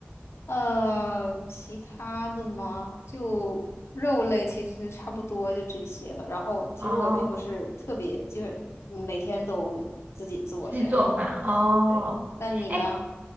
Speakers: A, on the left; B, on the right.
A: 呃，其他的嘛，就肉类其实差不多就这些了。然后其实我并不是特别，
B: 哦，
A: 就是每天都自己做这样。
B: 是做饭哦，
A: 对，那你呢？
B: 哎，